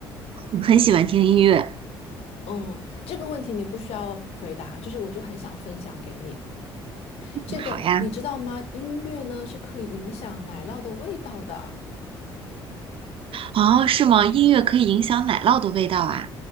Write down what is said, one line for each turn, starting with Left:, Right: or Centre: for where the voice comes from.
Right: 欢，很喜欢听音乐。
Left: 嗯，这个问题你不需要回答，就是我就很想分享给你。
Right: 嗯好呀。
Left: 这个你知道吗？音乐呢是可以影响奶酪的味道的。
Right: 哦，是吗？音乐可以影响奶酪的味道啊。